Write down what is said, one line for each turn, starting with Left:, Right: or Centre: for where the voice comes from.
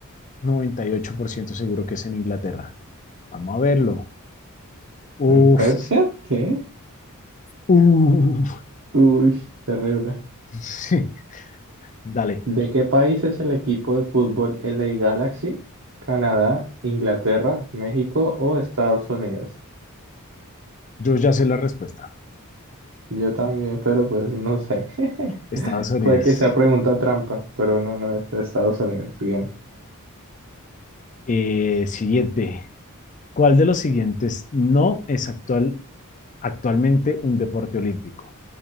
Left: 98% seguro que es en Inglaterra. Vamos a verlo. Uf,
Right: ¿en Persia? ¿Qué?
Left: uf.
Right: Uy, terrible.
Left: Sí, dale.
Right: ¿De qué país es el equipo de fútbol LA Galaxy? ¿Canadá, Inglaterra, México o Estados Unidos?
Left: Yo ya sé la respuesta.
Right: Yo también, pero pues no sé. <laughs>
Left: Estados Unidos.
Right: Puede que sea pregunta trampa, pero no, no es de Estados Unidos. Bien.
Left: Eh, siguiente. ¿Cuál de los siguientes no es actual, actualmente un deporte olímpico?